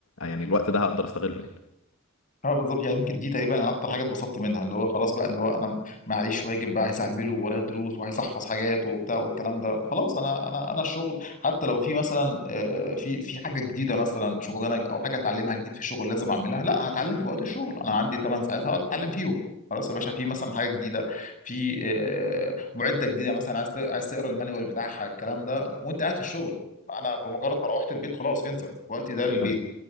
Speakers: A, on the left; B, on the left.
A: يعني الوقت ده هقدر استغله يعني
B: اه بالظبط يعني يمكن دي تقريبا انا اكتر حاجه اتبسطت منها اللي هو خلاص بقى اللي هو انا معيش واجب بقى عايز اعمله ورايا دروس وعايز احفظ حاجات وبتاع والكلام ده خلاص انا انا انا الشغل حتى لو في مثلا آه، في في حاجه جديده مثلا شغلانه او حاجه اتعلمها جديد في الشغل لازم اعملها لا هتعلم في وقت الشغل انا عندي 8 ساعات هقعد اتعلم فيهم خلاص يا باشا في مثلا حاجه جديده في آه، معده جديده مثلا عايز ت- عايز تقرا المانيوال بتاعها الكلام ده وانت قاعد في الشغل انا بمجرد ما روحت البيت خلاص انسى وقتي ده للبيت
A: يعني